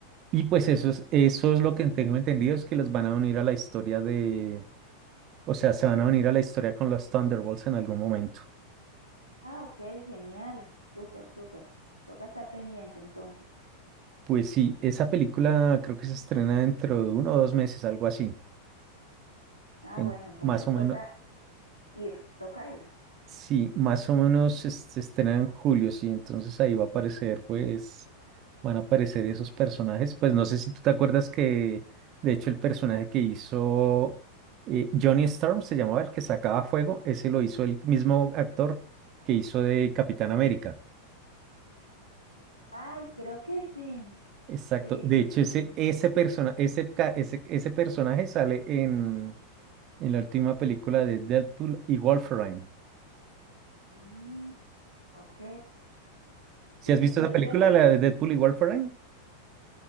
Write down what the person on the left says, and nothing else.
Ah, ok, genial. Súper, súper. Toca estar pendiente entonces.
Ah,
bueno, entonces
toca ir, toca ir.
Ay, creo que sí.
Sí,
sí,
sí,
sí.
Mm, ok.
Y,
y es
ver,